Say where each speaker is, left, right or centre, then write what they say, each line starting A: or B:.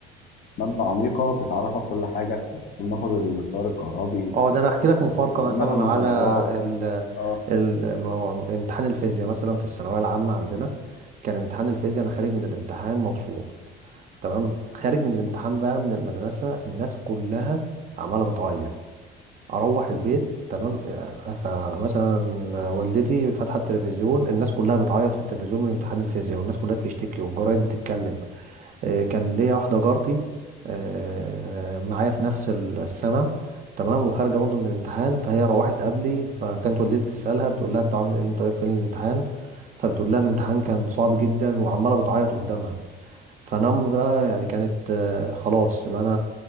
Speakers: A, on the left (about 50°); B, on the right (about 40°).
A: مادة عميقة بتعرفك كل حاجة كنا بناخد التيار الكهربي
B: اه ده انا احكي لك مفارقه مثلا
A: ناخد نظريات
B: على ال
A: اه
B: ال ما هو امتحان الفيزياء مثلا في الثانويه العامه عندنا كان امتحان الفيزياء انا خارج من الامتحان مبسوط تمام خارج من الامتحان بقى من المدرسه الناس كلها عماله بتعيط اروح البيت تمام آه، فمثلا والدتي فاتحه التلفزيون الناس كلها بتعيط في التلفزيون من امتحان الفيزياء والناس كلها بتشتكي والجرايد بتتكلم آه، كان ليا واحدة جارتي آه، معايا في نفس السنة تمام وخارجة برضو من الامتحان فهي روحت قبلي فكانت والدتي تسألها بتقول لها انتوا عامل ايه انتوا في الامتحان فبتقول لها الامتحان كان صعب جدا وعمالة بتعيط قدامها فانا امي بقى يعني كانت آه، خلاص يبقى انا